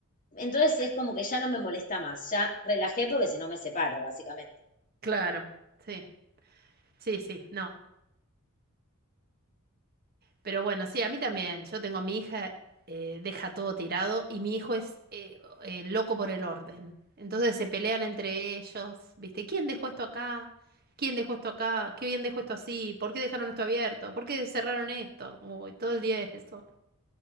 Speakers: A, on the left; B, on the right.
A: Entonces es como que ya no me molesta más, ya relajé porque si no me separo, básicamente.
B: Claro, sí, sí, sí. No. Pero bueno, sí, a mí también. Yo tengo mi hija, eh, deja todo tirado y mi hijo es eh, eh, loco por el orden. Entonces se pelean entre ellos, ¿viste? ¿Quién dejó esto acá? ¿Quién dejó esto acá? ¿Qué bien dejó esto así? ¿Por qué dejaron esto abierto? ¿Por qué cerraron esto? Uy, todo el día es eso,